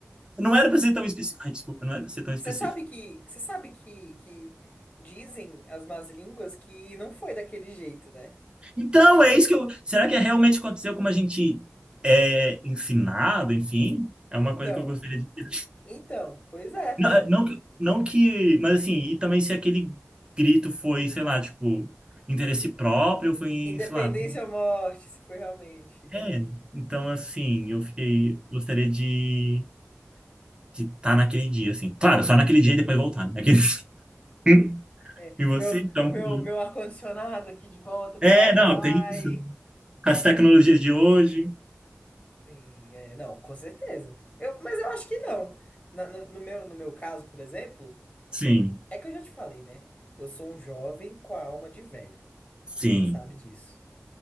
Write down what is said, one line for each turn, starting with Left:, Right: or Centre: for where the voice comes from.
Right: não era para ser tão específico. Ai, desculpa, não era para ser tão específico.
Left: Você sabe que, você sabe que, que dizem as más línguas que não foi daquele jeito, né?
Right: Então, é isso que eu. Será que é realmente aconteceu como a gente é ensinado, enfim? É uma
Left: Então,
Right: coisa que eu gostaria de. ter.
Left: então, pois é.
Right: Não, é, não, que- não que. Mas assim, e também se aquele grito foi, sei lá, tipo, interesse próprio, ou foi,
Left: Independência
Right: sei lá,
Left: ou morte, se foi realmente.
Right: É, então assim, eu fiquei, gostaria de de estar naquele dia, assim. Claro, só naquele dia e depois voltar, né? Aqueles... <laughs>
Left: É,
Right: E você,
Left: meu,
Right: então...
Left: meu,
Right: com-
Left: meu ar-condicionado aqui de volta, meu
Right: É,
Left: Wi-Fi.
Right: não, tem isso. Com as tecnologias de hoje,
Left: Sim, é, não, com certeza. Eu, mas eu acho que não. Na- no, no meu, no meu caso, por exemplo,
Right: sim,
Left: é que eu já te falei, né? Eu sou um jovem com a alma de velho.
Right: sim.
Left: Você sabe disso.